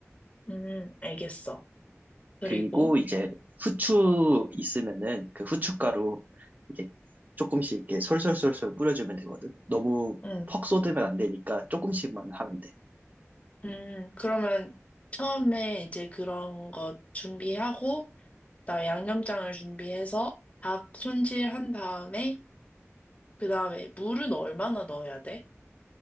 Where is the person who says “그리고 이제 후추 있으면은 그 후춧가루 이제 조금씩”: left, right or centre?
Right